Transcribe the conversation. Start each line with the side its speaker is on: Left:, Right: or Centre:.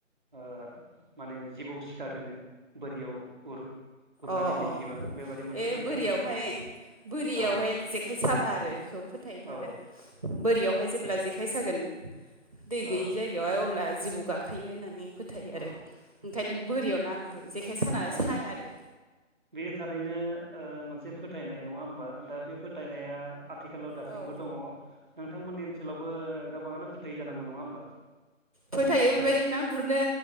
Centre: ओ माने जिबौ सिखार होनो बोरियाव गुर गुरनानै
Right: अ-अ
Centre: दिन्थिबा बेबादि मोनसे
Right: ए
Centre: फोथायनाय
Right: बोरियावहाय
Centre: दङ औ
Right: बोरियावहाय
Centre: औ
Right: जेखाइ साबा आरो बेखौ फोथायथ'
Centre: औ
Right: आरो बोरियावहाय जेब्ला जेखाय सागोन दै गैयै
Centre: औ
Right: जायगा यावहाय अब्ला जिबौ गाखोयो होननानै फोथ थायो
Centre: औ
Right: आरो ओंखायनो बोरियाव ना गुरो जेखाइ साना
Centre: ओ
Right: साया आरो
Centre: बे थारैनो मोनसे फोथायनाय नङा होमबा दा बे फोथायनाया आथिखालाव दासिमबो
Right: औ
Centre: दङ नोंथांमोननि ओनसोलावबो गोबाङानो फोथायो जानांगौ नङा होमबा
Right: फोथायो बेबायदि ना गुरनो